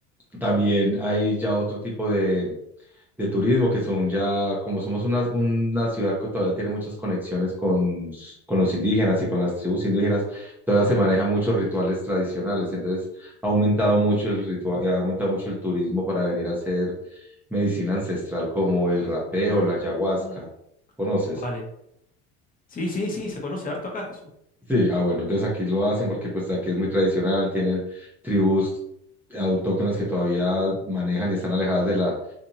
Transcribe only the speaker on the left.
Ah,
vale. Sí, sí, sí, se conoce harto acá eso.